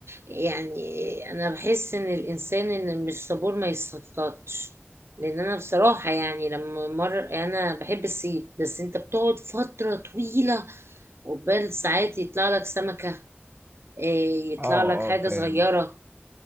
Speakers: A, on the right; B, on the right.
A: يعني انا بحس ان الانسان ان مش صبور ما يصطادش لان انا بصراحة يعني لما مر انا بحب الصيد بس انت بتقعد فترة طويلة قبال ساعات يطلع لك سمكة إيه، يطلع
B: اه
A: لك
B: اه
A: حاجة
B: فاهم
A: صغيرة